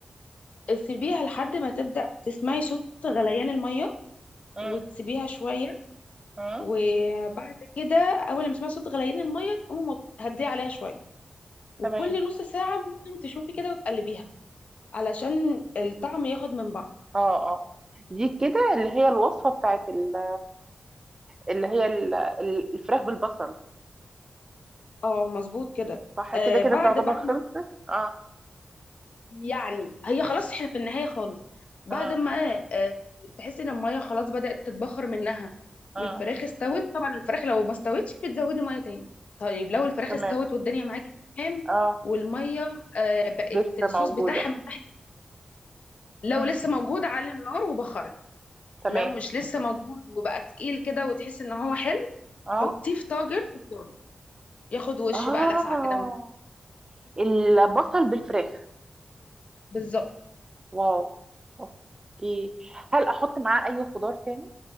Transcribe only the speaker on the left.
سيبيها لحد ما تبدا تسمعي صوت غليان الميه
وتسيبيها شويه
وبعد كده اول لما تسمعي صوت غليان الميه تقومي مط- هديه عليها شويه وكل
نص ساعه ممكن تشوفي كده وتقلبيها علشان الطعم
ياخد من بعض
اه مظبوط كده
آه
بعد
بقى
ما-
يعني هي خلاص احنا في النهايه خالص بعد
ما آه تحسي ان الميه خلاص بدات تتبخر منها والفراخ
استوت طبعا الفراخ لو ما استوتش بتزودي ميه تاني طيب لو الفراخ
استوت والدنيا معاكي تمام
والميه آه بقت
الصوص
بتاعها من تحت لو
لسه موجود على النار وبخر
لو مش لسه موجود وبقى تقيل كده وتحس ان هو حلو
حطيه في طاجن في الفرن ياخد وش
بقى لسعه كده من-
بالظبط